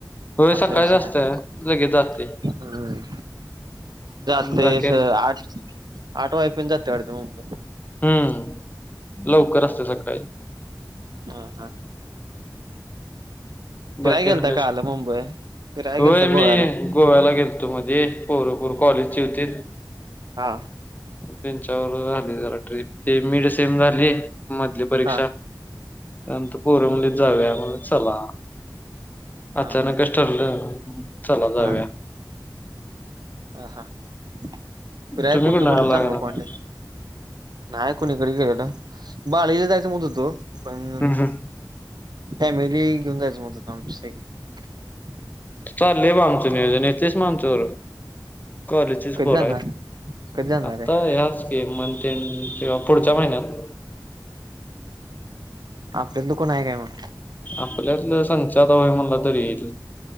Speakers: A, on the left; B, on the right.
A: होय
B: असा
A: सकाळीच
B: विषय
A: असतंय
B: आहे
A: लगेच जातंय.
B: हम् जास्त
A: बाकी आणि
B: आठ आठ वाय पण जात वाडते मुंबई
A: हम्म लवकर असते सकाळी
B: हा हा फिराय
A: बाकीन
B: गेलता
A: कस
B: काल मुंबई फिराय
A: होय
B: गेलता
A: मी
B: गोव्याला
A: गोव्याला गेल तो मध्ये पोरपोर
B: हम्म.
A: कॉलेजचे होती
B: हा
A: त्यांच्यावर झाली जरा ट्रीप ते मीड सेम झाली मधली परीक्षा
B: हा
A: त्यांतर पोर म्हंतलीत जावूया म्हटल चला
B: हा
A: अचानक
B: ह
A: कस ठरलं चला जाव्या
B: हा हा हा फिराय
A: तुम्ही
B: कुठलं
A: कुठनं
B: कुठलं
A: आला
B: चांगलं
A: हम्म
B: पॉईंट नाही कोणी इकडे गेलेलं बाळला जायचं म्ह तो पण
A: हम् हम
B: फॅमिली घेऊन जायचं म्हत होत आमच्या स
A: चालले आहे बा आमचं नियोजन येत तेस मग आमचंवर कॉलेजस
B: कधी
A: पोर
B: जाणार
A: आहेत
B: कधी जाणार
A: आता
B: आहे
A: ह स्कीम मं किंवा पुढच्या महिन्यात
B: आपल्या दुकन आहे काय मग
A: आपल्यात संचारय म्हणला तरी येईल